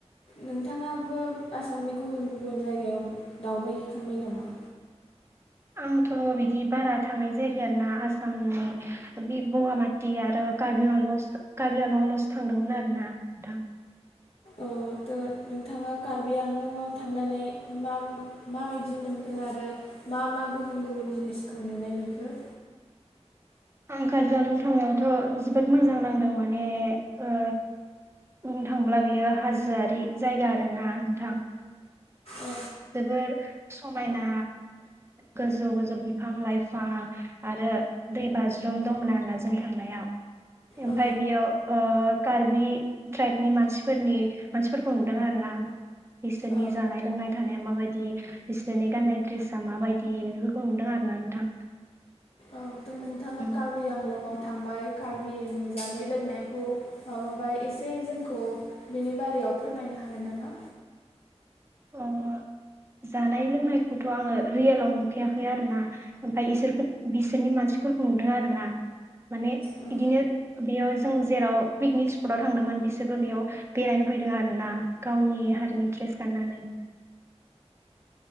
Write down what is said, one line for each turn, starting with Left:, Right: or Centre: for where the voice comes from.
Left: नोंथाङाबो आसामनि गुबुन गुबुन जायगायाव दावबायहैखांबाय नामा?
Right: आंथ' बिदि बारा थांनाय जायाखै आरो ना आसामनि बे बगामाथि आरो कार्बि आंलं कार्बि आंलङाल'सो थांदोंमोन आरो ना नोंथां।
Left: औ नोंथाङा कार्बि आंलंआव थांनानै मा माबादि मोनखो? आरो मा मा गुबुन गुबुन जिनिसखौ नुनाय मोनखो?
Right: आं कार्बि आंलं थांनायावथ' जोबोद मोजां नांदों माने ओ बुंनो थांब्ला बेयो हाजोआरि जायगा आरोना नोंथां।
Left: औ
Right: जोबोर समायना गोजौ गोजौ बिफां लाइफां आरो दै बाज्रुम दंमोन आरोना जों थांनायाव ओमफाय
Left: औ
Right: बेयाव कार्बि ट्राइबनि मानसिफोरनि मानसिफोरखौ नुदों आरो ना। बिसोरनि
Left: औ
Right: जानाय लोंनाय नाय मााबादि बिसोरनि गान्नाय ड्रेसा मााबायदि बेफोरखौ नुदों आरोना नोंथां।
Left: औ थ' नोंथाङा
Right: उम
Left: कार्बि आंलङाव थांबाय कार्बिनि जानाय लोंनायखौ माबाबाय एसे जोंखौ बेनि बारै याव फोरमायनो हागोन नामा?
Right: अ जानाय लोंनायखौथ' आङो रियेलाव नुखैयाखै आरो ना ओमफ्राय इसोरखौ बिसोरनि मा सिफोरखौ नुदों आरोना माने
Left: औ
Right: बिदिनो बेयाव जों जेराव पिकनिक स्पटाव थांदोंमोन बिसोरबो बेयाव बेरायनो फैदों आरो ना गावनि हारिनि ड्रे गानानै